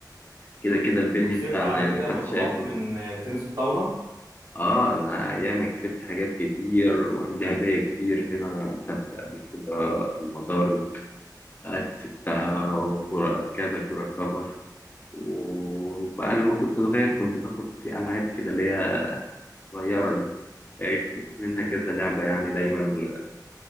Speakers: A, on the left; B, on the right.
A: فكده كده البلي
B: وكسبت
A: بتاعنا
B: على
A: يعني
B: كده
A: محدش
B: بطولات
A: هياخده
B: من
A: مني.
B: آه، تنس الطاوله
A: اه انا ايام كسبت حاجات كتير وعندي هدايا كتير هنا خدت قبل كده مضارب آه، كسبتها وكرة كذا كرة كفر وبقى لما كنت صغير كنت باخد في ألعاب كده اللي هي صغيرة دي آه، كسبت منها كذا لعبة يعني دايما